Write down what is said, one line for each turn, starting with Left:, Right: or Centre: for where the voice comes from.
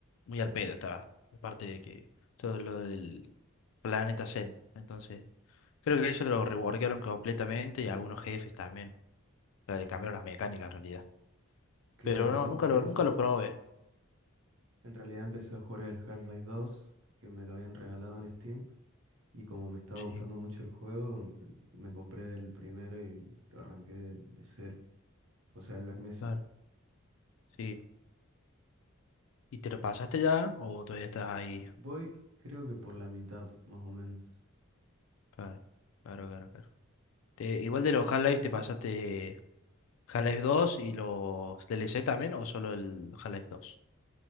Left: muy al pedo estaba. La parte de que todo lo del planeta Zen. Entonces, creo que eso lo reworkaron completamente y algunos jefes también. O sea, le cambiaron las mecánicas en realidad.
Right: Claro,
Left: Pero no,
Right: yo en
Left: nunca
Right: realidad,
Left: lo, nunca lo probé.
Right: en realidad empecé a jugar el Half-Life 2 que me lo habían regalado en Steam, y como me estaba
Left: Sí,
Right: gustando mucho el juego, m- me compré el primero y lo arranqué de, de cero, o sea, el Black Mesa.
Left: claro. Sí. ¿Y te lo pasaste ya? ¿O todavía estás ahí?
Right: Voy, creo que por la mitad, más o menos.
Left: Claro, claro, claro, claro. Te- igual de los Half-Life te pasaste Half-Life dos y los DLC también, o solo el Half-Life dos